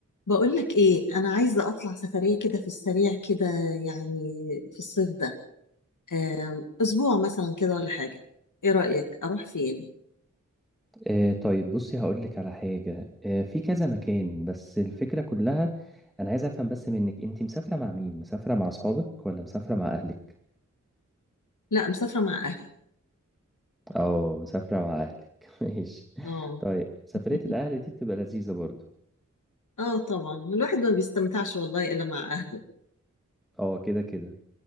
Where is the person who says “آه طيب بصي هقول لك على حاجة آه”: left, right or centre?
Centre